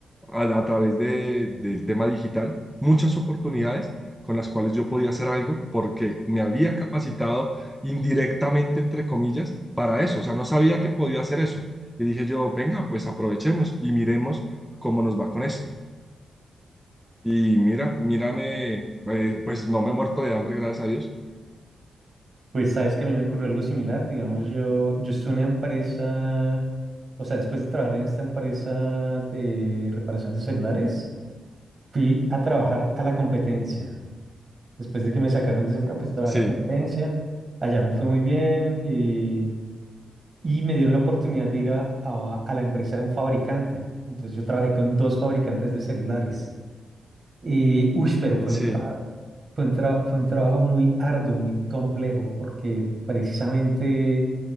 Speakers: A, in the centre; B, on the right.
A: a, a través de, del tema digital muchas oportunidades con las cuales yo podía hacer algo porque me había capacitado indirectamente, entre comillas, para eso. O sea, no sabía que podía hacer eso. Y dije yo, venga, pues aprovechemos y miremos cómo nos va con esto. Y mira, mírame, eh, pues no me he muerto de hambre, gracias a Dios.
B: Pues sabes que a mí me ocurrió algo similar, digamos, yo, yo estuve en una empresa, o sea, después de trabajar en esta empresa de reparación de celulares, fui a trabajar a la competencia. Después de que me sacaron de Sempra, pues estaba
A: Sí,
B: la competencia. Allá me fue muy bien eh, y me dieron la oportunidad de ir a, a- a la empresa de un fabricante. Entonces yo trabajé con dos fabricantes de celulares. Y, uy, pero fue
A: sí.
B: un trabajo. Fue un, tra- fue un trabajo muy arduo, muy complejo, porque precisamente